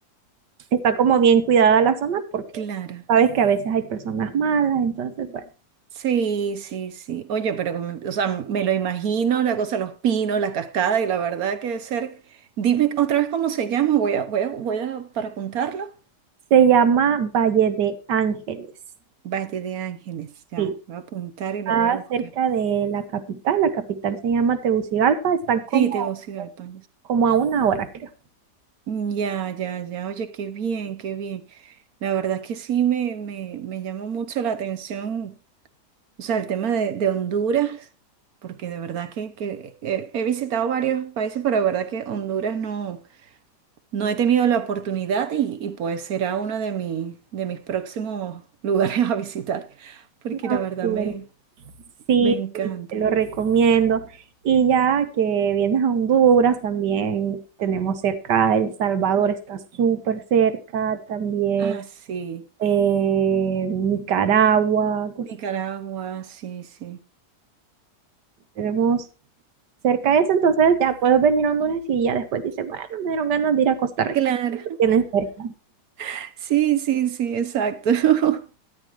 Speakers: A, on the right; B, on the right.
A: está como bien cuidada la zona porque
B: claro.
A: sabes que a veces hay personas malas, entonces, bueno.
B: Sí, sí, sí. Oye, pero me- o sea, me lo imagino, la cosa, los pinos, la cascada y la verdad que debe ser... Dime otra vez cómo se llama, voy a, voy a, voy a, para apuntarlo.
A: Se llama Valle de Ángeles.
B: Valle de Ángeles, ya,
A: Sí,
B: voy a apuntar y
A: está
B: lo voy a buscar.
A: cerca de la capital. La capital se llama Tegucigalpa. Está como,
B: Sí, Tegucigalpa.
A: como a una hora, creo.
B: Ya, ya, ya, oye, qué bien, qué bien. La verdad es que sí me, me, me llama mucho la atención, o sea, el tema de, de Honduras, porque de verdad que, que he, he visitado varios países, pero de verdad que Honduras no, no he tenido la oportunidad y, y pues será uno de, mi- de mis próximos lugares <laughs> a visitar, porque
A: Ah,
B: la verdad
A: súper.
B: me,
A: Sí,
B: me encanta.
A: sí, te lo recomiendo. Y ya que vienes a Honduras, también tenemos cerca El Salvador, está súper cerca. También
B: Ah, sí,
A: eh, Nicaragua. cos-
B: Nicaragua, sí, sí.
A: Tenemos cerca de eso, entonces ya puedes venir a Honduras y ya después dices, bueno, me dieron ganas de ir a Costa Rica.
B: Claro,
A: Lo Tienes cerca.
B: <laughs> sí, sí, sí, exacto. <laughs>